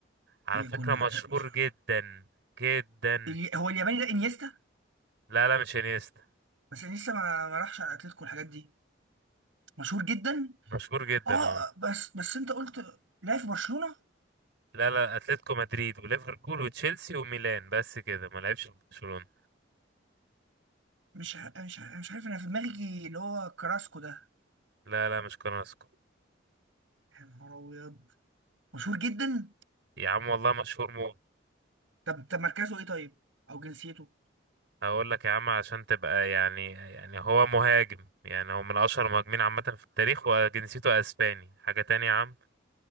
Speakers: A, on the right; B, on the right.
A: على
B: ايه
A: فكرة
B: كل
A: مشهور
B: ده ايه يا باشا
A: جدا جدا
B: الي... هو الياباني ده انيستا
A: لا لا مش انيستا
B: بس انيستا ما, ما راحش على اتلتيكو والحاجات دي مشهور جدا
A: مشهور جدا
B: اه
A: اه
B: بس بس انت قلت لا في برشلونة
A: لا لا اتلتيكو مدريد وليفربول وتشيلسي وميلان بس كده ما لعبش في برشلونة
B: مش ع- مش ع- مش عارف انا في دماغي اللي هو كراسكو ده
A: لا لا مش كراسكو
B: يا نهار ابيض مشهور جدا
A: يا عم والله مشهور موت
B: طب طب مركزه ايه طيب او جنسيته
A: هقول لك يا عم عشان تبقى يعني يعني هو مهاجم يعني هو من اشهر المهاجمين عامه في التاريخ وجنسيته اسباني حاجه تانية يا عم